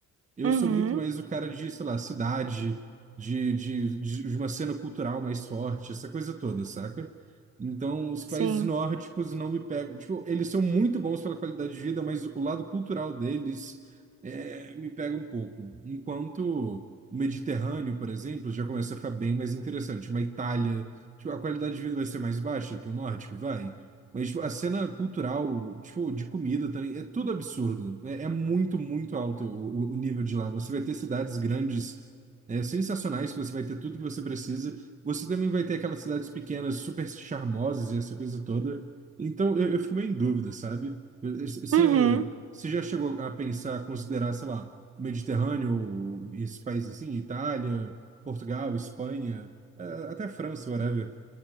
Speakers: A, on the right; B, on the right.
A: Eu
B: uhum,
A: sou muito mais o cara de, sei lá, cidade, de, de, de uma cena cultural mais forte, essa coisa toda, saca? Então, os países
B: sim.
A: nórdicos não me pegam. Tipo, eles são muito bons pela qualidade de vida, mas o lado cultural deles é, me pega um pouco. Enquanto o Mediterrâneo, por exemplo, já começa a ficar bem mais interessante. Uma Itália, tipo, a qualidade de vida vai ser mais baixa que o nórdico, vai. Mas tipo, a cena cultural, tipo, de comida também, é tudo absurdo. É, é muito, muito alto o, o- o nível de lá. Você vai ter cidades grandes, é, sensacionais, que você vai ter tudo que você precisa. Você também vai ter aquelas cidades pequenas, super charmosas, e essa coisa toda. Então, eu, eu fico meio em dúvida, sabe? Você,
B: Uhum.
A: você já chegou a pensar, a considerar, sei lá, o Mediterrâneo, ou esses países assim, Itália, Portugal, Espanha, eh, até França, whatever.